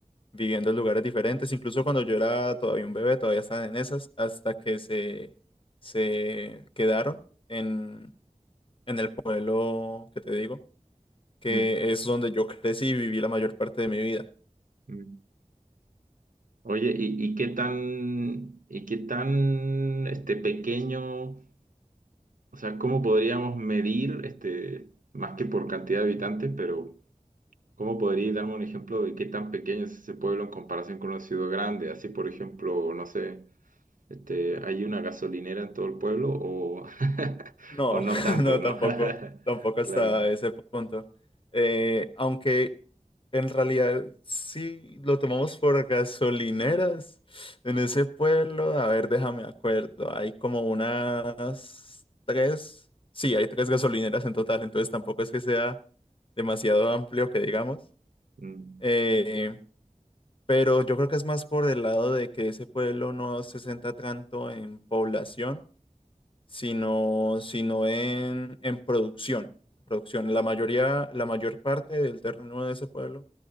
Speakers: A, on the left (about 40°); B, on the right (about 80°).
A: viviendo en lugares diferentes. Incluso cuando yo era todavía un bebé, todavía estaban en esas, hasta que se, se quedaron en, en el pueblo que te digo, que
B: mm,
A: es donde yo crecí y viví la mayor parte de mi vida.
B: mm. Oye, ¿y, y qué tan, y qué tan este, pequeño, o sea, cómo podríamos medir, este, más que por cantidad de habitantes, pero cómo podría darme un ejemplo de qué tan pequeño es ese pueblo en comparación con una ciudad grande? Así, por ejemplo, no sé, este, ¿hay una gasolinera en todo el pueblo o, <laughs>
A: No,
B: o no
A: <laughs>
B: tanto,
A: no,
B: ¿no?
A: tampoco,
B: <laughs>
A: tampoco hasta
B: Claro.
A: ese punto. Eh, aunque En realidad, sí, lo tomamos por gasolineras en ese pueblo. A ver, déjame acuerdo. Hay como unas tres. Sí, hay tres gasolineras en total, entonces tampoco es que sea demasiado amplio que digamos.
B: Mm.
A: Eh, pero yo creo que es más por el lado de que ese pueblo no se centra tanto en población sino, sino en, en producción. Producción. La mayoría, la mayor parte del terreno de ese pueblo